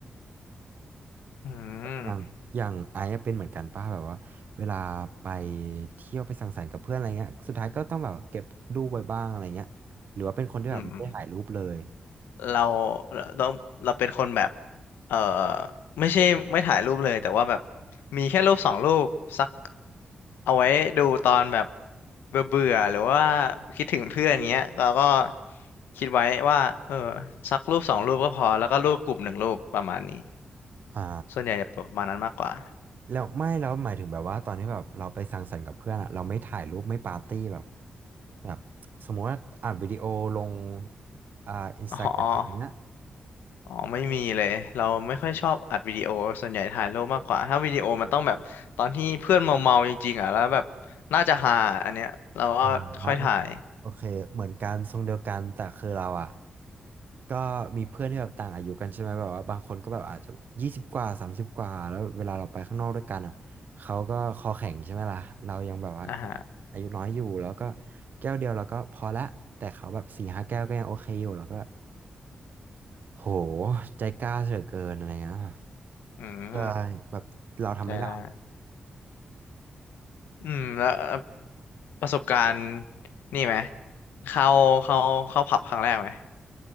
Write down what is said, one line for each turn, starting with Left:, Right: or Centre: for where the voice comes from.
Left: อืม
Right: อย่างอย่างไอซ์อะเป็นเหมือนกันป้าแบบว่าเวลาไปเที่ยวไปสังสรรค์กับเพื่อนอะไรเงี้ยสุดท้ายก็ต้องแบบเก็บรูปไว้บ้างอะไรเงี้ยหรือว่าเป็นคนที่แบบไม่ได้ถ่ายรูปเลย
Left: อืม เราเราต้องเราเป็นคนแบบเออไม่ใช่ไม่ถ่ายรูปเลยแต่ว่าแบบมีแค่รูปสองรูปสักเอาไว้ดูตอนแบบเบื่อเบื่อหรือว่าคิดถึงเพื่อนเงี้ยเราก็คิดไว้ว่าเออสักรูปสองรูปก็พอแล้วก็รูปกลุ่มหนึ่งรูปประมาณนี้
Right: อ๋อ
Left: ส่วนใหญ่จะประมาณนั้นมากกว่า
Right: แล้วไม่แล้วหมายถึงแบบว่าตอนที่แบบเราไปสังสรรค์กับเพื่อนอะเราไม่ถ่ายรูปไม่ปาร์ตี้แบบแบบสมมติว่าอัดวิดีโอลงอ่าอินสตาแกรมแบบเนี้ย
Left: อ๋อ อ๋อไม่มีเลยเราไม่ค่อยชอบอัดวิดีโอส่วนใหญ่ถ่ายรูปมากกว่าถ้าวิดีโอมันต้องแบบตอนที่เพื่อนเมาเมาจริงๆอ่ะแล้วแบบน่าจะฮาอันเนี้ยเราก็ค่อยถ่าย
Right: อ่าฮะโอเคเหมือนกันทรงเดียวกันแต่คือเราอะก็มีเพื่อนที่แบบต่างอายุกันใช่ไหมแบบว่าบางคนก็แบบอาจจะยี่สิบกว่าสามสิบกว่าแล้วเวลาเราไปข้างนอกด้วยกันอะเขาก็คอแข็งใช่ไหมล่ะเรายังแบบว่า
Left: อ่าฮะ
Right: อายุน้อยอยู่แล้วก็แก้วเดียวเราก็พอละแต่เขาแบบสี่ห้าแก้วก็ยังโอเคอยู่แล้วก็ โหใจกล้าเสือเกินอะไรเงี้ยแบบ
Left: อืม
Right: ใช่แบบเราทำไม่ได้
Left: ใช่ได้อืมแล้วเอ่อประสบการณ์นี่ไหมเข้าเข้าเข้าผับครั้งแรกไหม